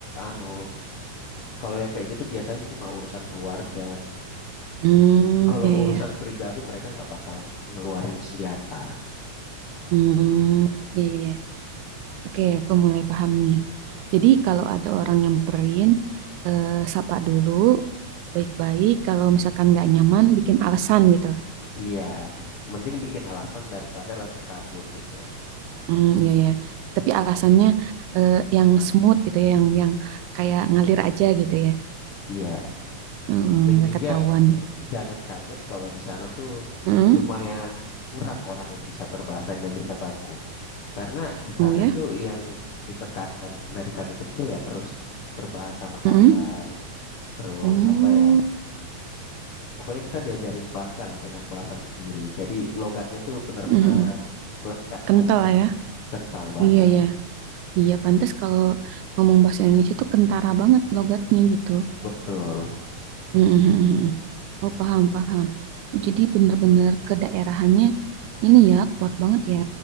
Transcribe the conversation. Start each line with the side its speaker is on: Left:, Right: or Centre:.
Left: anu kalau yang kayak gitu biasanya cuma urusan keluarga.
Right: hmm,
Left: Kalau
Right: iya,
Left: urusan
Right: iya.
Left: pribadi mereka nggak bakal ngeluarin senjata.
Right: Hmm, iya, iya. iya. Oke, aku mulai paham nih. Jadi kalau ada orang nyamperin, eh, sapa dulu, baik-baik. Kalau misalkan nggak nyaman, bikin alasan gitu.
Left: Iya, mending bikin alasan daripada langsung kabur gitu.
Right: Hmm, iya ya. Tapi alasannya eh, yang smooth gitu ya, yang yang kayak ngalir aja gitu ya.
Left: Iya,
Right: Hmm,
Left: dan
Right: nggak
Left: juga
Right: ketahuan.
Left: Jangan kaget kalau di sana tuh
Right: Hmm,
Left: lumayan kurang orang yang bisa berbahasa Indonesia baku. Karena di
Right: oh
Left: sana
Right: ya.
Left: tuh yang ditekankan dari kami kecil ya terus berbahasa Makassar,
Right: Hmm,
Left: terus
Right: oh,
Left: apa ya? Pokoknya kita diajarin bangga lah dengan bahasa sendiri. Jadi logatnya tuh benar-benar
Right: hmm, hmm.
Left: melekat
Right: kental
Left: kalau di sana.
Right: ya.
Left: Kental banget.
Right: Iya ya. Iya, pantas kalau ngomong bahasa Indonesia tuh kentara banget logatnya gitu.
Left: Betul.
Right: Mhm, mhm, mhm. Oh, paham, paham. Jadi benar-benar kedaerahannya ini ya kuat banget ya.